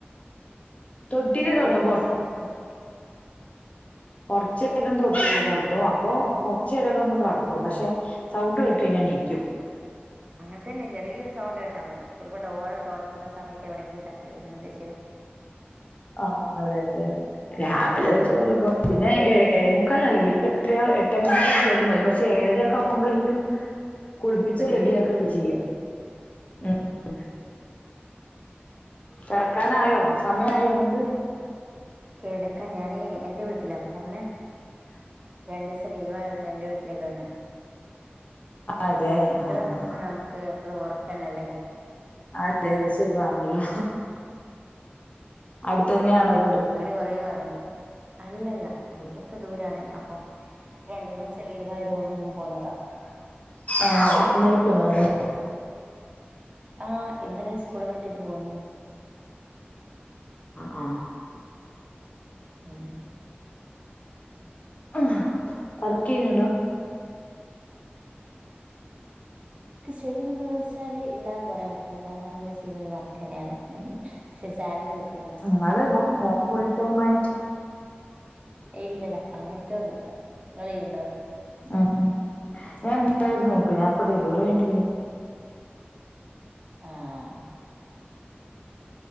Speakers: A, on the left; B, on the right.
A: തൊട്ടില്
B: അവിടെങ്ങനെ
A: കെടത്തും
B: കസേരമല് എഴുത.
A: കൊർച്ച് നേരം തൊട്ടി കടത്തും അപ്പൊ കൊർച്ച് നേരൊക്കെ ഒന്ന് കടക്കും. പക്ഷെ സൗണ്ട് കേട്ട് കഴിഞ്ഞാ എണീക്കും.
B: അങ്ങൻ ത്തന്നെ ചെറിയൊരു സൗണ്ട് കേട്ടാ മതി. ചെലപ്പോ ഡോറ് തൊറക്കുന്ന സമയത്തെവിടെയെങ്കിലും തട്ടെ അങ്ങനെ എന്തേലും.
A: ആഹ് ആഹ് അതെ അതെ അതെ രാവിലെ <unintelligible> പിന്നെ ഏ ഏഴുമുക്കാലിനല്ലെ. ഇവര്ക്ക് എട്ടരയൊ എട്ടേ മുക്കാലകുമ്പേക്കും വരും. പക്ഷേ ഏഴരക്കേ ആവുമ്പോളെ കുളിപ്പിച്ച്
B: പരിചയിക്കണില്ല
A: റെഡിയാക്കൊക്ക ചെയ്യ. ഉം കെടക്കാനായോ? ഞങ്ങക്ക്
B: കെടക്കാൻ ഞാനേ എന്റെ വീട്ടിലാ അപ്പ വന്നേ രണ്ടുസം ലീവായോണ്ട് എന്റെ വീട്ടിലേയ്ക്ക് വന്ന്.
A: അതെ
B: വീട്ടില്
A: ആഹ്
B: വന്നാ
A: ആഹ്
B: പിന്നെ നമുക്ക് എപ്പളും ഒറക്കന്നെല്ലേ
A: അതെ സുഖാണല്ലോ. അടുത്ത് തന്നെയാണോ വീട്?
B: കൊറെ ഒറങ്ങ. അല്ലല്ല വീടൊക്കെ ദൂരാണ് അപ്പം രണ്ട മൂന്ന് ദിവസം ലീവ ആയത് കൊണ്ട് ഇന്നു പോന്നതാ
A: ആഹ് ഇന്നലെ പോന്നൊന്ന്
B: ഉം ആഹ് ഇന്നലെ സ്കൂള് വിട്ടിട്ട് പോന്നു.
A: ആഹ് ആഹ്
B: <unintelligible>
A: ആഹ് വർക്ക് ചെയ്യ്ന്ന്ണ്ടോ
B: ചെയ്യ്ന്ന് ഇണ്ടോന്നോയ്ച്ചാൽ ഇല്ലാന്ന് പറയാൻ പറ്റില്ല കാരണം നമ്മെൾ ചെയ്യ്ന്നെ ഒര് വർക്കെന്നെയാണ് പക്ഷെ സാലറി കിട്
A: അങ്ങാട് അല്ല ഓ ഫുൾ ടൈം ആയിറ്റ്
B: ഇല്ലെടാ അങ്ങെൻത്തെ ഒന്നും ഇല്ല ഇങ്ങെൾ ചെയ്യ്ണ്ടോ?
A: ആഹ് ഉം ഞാ ഇണ്ടായിരുന്നു ഇപ്പം ഞാ ഇപ്പ ഡെലിവെറി കഴ്ഞ്ഞിട്ട്
B: ആഹ്